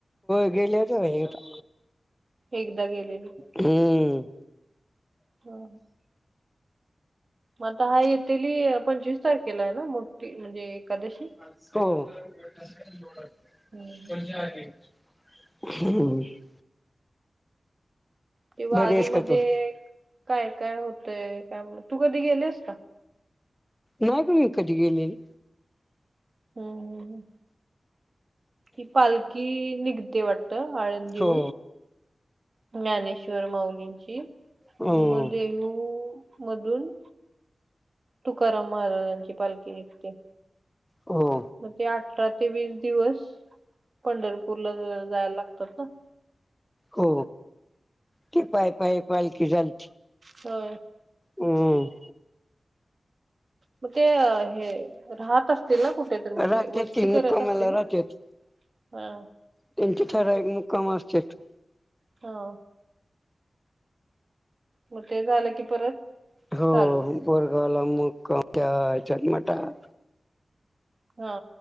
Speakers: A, in the centre; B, on the right.
A: गेल्यात वारीला.
B: एकदा गेलेली.
A: हम्म.
B: म आता हा येतील पंचवीस तारखे केलाय ना मोठी म्हणजे एकादशी
A: हो
B: हम्म हम्म हम्म. कि वारीमध्ये
A: बरी आहेस का तू
B: काय काय होतय काय तू कधी गेलियेस का?
A: नाही ग मी कधी गेलेली.
B: हम् हम ह ही पालखी निघते वाटत आळंदीहून.
A: हो
B: ज्ञानेश्वर माउलींची
A: हो
B: म देहू मधून तुकाराम महाराजांची पालखी निघते.
A: हो
B: मग ते अठरा ते वीस दिवस पंढरपूरला जायला लागतात ना.
A: हो ते पाय पाय पालखी झाल.
B: हो
A: हम
B: मग ते हे राहत असतील ना कुठे? तर म्हणजे
A: राहतेत
B: वस्ती
A: ती मुक्कामाला
B: करत असतील
A: राहतेत
B: हा
A: त्यांचे ठरावीक मुक्काम असतात.
B: हो मग ते झालं की परत
A: हो
B: चालू
A: बरगला मुक्काम त्या याच्यात मठात
B: हा